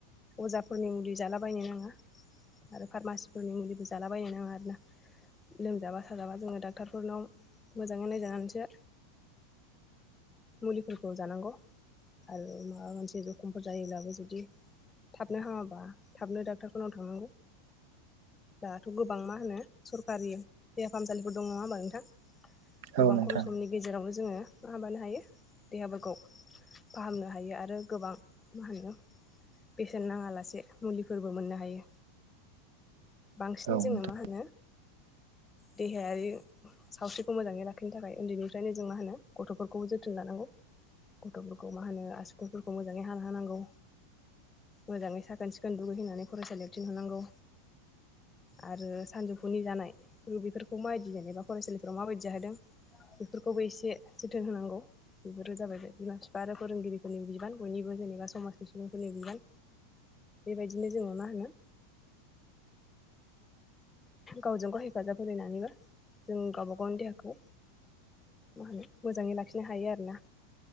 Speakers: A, on the left; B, on the right.
A: अजाफोरनि मुलि जालाबायनो नाङा आरो फारमासिफोरनि मुलिबो जालाबायनो नाङा आरोना लोमजाबा साजाबा जोङो डाक्टारफोरनाव मोजाङै नायजानानैसो मुलिफोरखौ जानांगौ। आरो माबा मोनसे जखमफोर जायोब्लाबो जुदि थाबनो हामाबा थाबनो डाक्टारफोरनाव थांनांगौ दाथ' गोबां मा होनो सरखारि देहा फाहामसालिफोर दं नङा होमबा नोंथां? गोबां
B: औ नोंथां
A: खम समनि गेजेरावनो जोङो मा हाबानो हायो देहाफोरखौ फाहामनो हायो आरो गोबां मा होनो बेसेन नाङा लासे मुलिफोरबो मोननो हायो। बांसिनै
B: औ
A: जोङो
B: नोंथां
A: मा होनो? देहायारि सावस्रिखौ मोजाङै लाखिनो थाखाय उन्दैनिफ्रायनो जों मा होनो गथ'फोरखौ जोथोन लानांगौ। गथ'फोरखौ मा होनो आसुखुरफोरखौ मोजाङै हाना होनांगौ मोजाङै साखोन सिखोन दुगैहोनानै फरायसालियाव थिनहरनांगौ आरो सानजौफुनि जानाय बेफोरखौ मायदि जेनेबा फरायसालिफोराव मा बायदि जाहोदों बेफोरखौबो एसे जोथोन होनांगौ बेफोरो जाबाय बे बिमा फिफा आरो फोरोंगिरिफोरनिबो बिबान बयनिबो जेनेबा समाजनि सुबुंफोरनि बिबान बेबायदिनो जोङो मा होनो गावजों गाव हेफाजाब होलायनानैबो जों गावबा गावनि देहाखौ मा होनो मोजाङै लाखिनो हायो आरोना।